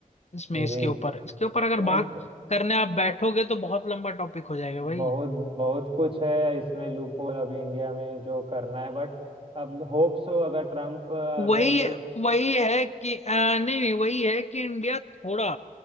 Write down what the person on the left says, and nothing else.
इसमें
इसके ऊपर इसके ऊपर अगर
बात करने आप बैठोगे तो बहुत लंबा टॉपिक हो जाएगा भाई
वही
वही है कि अ, नहीं नहीं वही है कि इंडिया थोड़ा